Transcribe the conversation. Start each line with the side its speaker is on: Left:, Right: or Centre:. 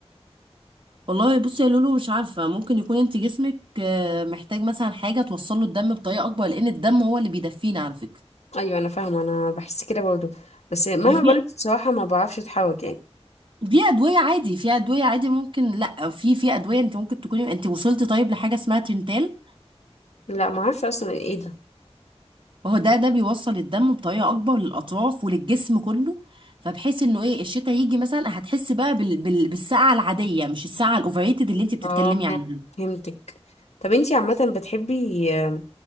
Right: والله بصي يا لولو مش عارفه ممكن يكون انت جسمك آه، محتاج مثلا حاجه توصل له الدم بطريقه اكبر لان الدم هو اللي بيدفينا على فكره
Left: ايوه انا فاهمه انا بحس كده برضه بس مهما
Right: ما في
Left: بلبس بصراحه ما بعرفش اتحرك يعني
Right: دي ادويه عادي في ادويه عادي ممكن لا في في ادويه انت ممكن تكوني انت وصلتي طيب لحاجه اسمها تنتال
Left: لا ما اعرفش اصلا ايه ده
Right: وهو ده ده بيوصل الدم بطريقه اكبر للاطراف وللجسم كله فبحيث انه ايه الشتاء يجي مثلا هتحسي بقى بال بال بالسقعه العاديه مش السقعه الاوفريتد اللي انت بتتكلمي
Left: اه
Right: عنها
Left: فهمتك طب انتي عامه بتحبي آه،